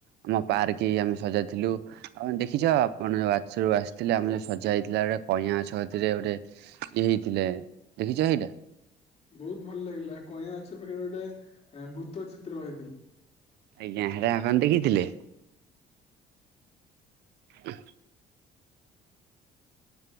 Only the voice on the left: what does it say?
ବୋହୁତ ଭଲ ଲାଗିଲା କଇଁଆ ଗଛ ପାଖ ଗୋଟେ ଭୂତ ଚିତ୍ର ହେଇଥିଲା।